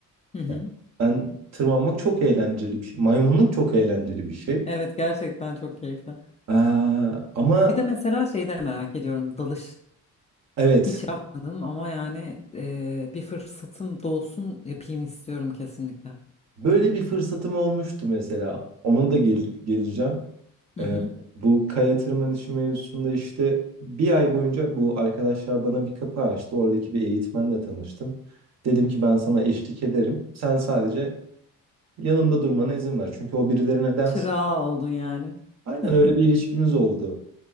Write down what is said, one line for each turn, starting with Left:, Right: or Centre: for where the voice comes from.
Left: Hı hı.
Right: Yani ben tırmanmak çok eğlenceli bir şey. Maymunluk çok eğlenceli bir şey.
Left: Evet gerçekten çok keyifli.
Right: Ee, ama
Left: Bir de mesela şeyi de merak ediyorum dalış.
Right: evet
Left: Hiç yapmadım ama yani e, bir fırsatım dolsun yapayım istiyorum kesinlikle.
Right: böyle bir fırsatım olmuştu mesela. Ona da gel- geleceğim.
Left: Hı
Right: Ee,
Left: hı.
Right: bu kaya tırmanışı mevzusunda işte bir ay boyunca bu arkadaşlar bana bir kapı açtı. Oradaki bir eğitmenle tanıştım. Dedim ki ben sana eşlik ederim. Sen sadece Yanımda durmana izin ver. Çünkü o birilerine dens.
Left: Çırağı oldun yani.
Right: Aynen
Left: <laughs>
Right: öyle bir ilişkimiz oldu.